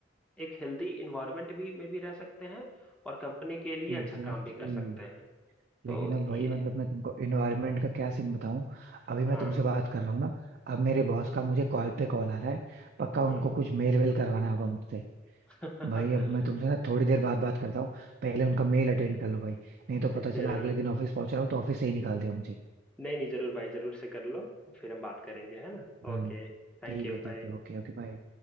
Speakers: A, in the centre; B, on the right.
A: एक हेल्दी इन्वायरमेंट भी में भी रह सकते हैं और कंपनी के लिए
B: एग्जैक्टली
A: अच्छा काम भी कर
B: exactly.
A: सकते हैं तो
B: लेकिन अब
A: ये
B: भाई मतलब मैं तुमको इन्वायरमेंट का क्या सीन बताऊं अभी मैं
A: हाँ
B: तुमसे बात कर रहा हूँ ना अब मेरे बॉस का मुझे कॉल पे कॉल आ रहा है पक्का
A: हम्म
B: उनको कुछ मेल वेल करवाना होगा मुझसे
A: <laughs>
B: भाई अब मैं तुमसे ना थोड़ी देर बाद बात करता हूँ पहले उनका मेल अटेंड कर लो भाई नहीं तो पता चला
A: जरूर
B: अगले दिन ऑफिस पहुंच रहा हूँ तो ऑफिस से ही निकाल दिया मुझे
A: नहीं नहीं जरूर भाई जरूर से कर लो फिर हम बात करेंगे है ना
B: हाँ
A: Okay thank
B: ठीक
A: you
B: है ठीक
A: bye
B: है ओके ओके बाय